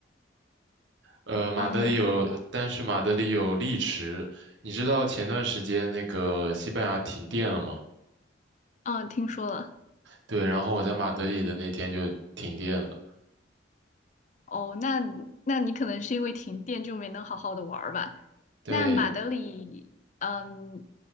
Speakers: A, on the right; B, on the left.
A: 呃，马德里有，
B: 嗯
A: 但是马德里有丽池。你知道前段时间那个西班牙停电了吗？
B: 嗯，听说了。
A: 对，然后我在马德里的那天就停电了。
B: 哦，那那你可能是因为停电就没能好好的玩儿吧？
A: 对，
B: 那马德里，嗯，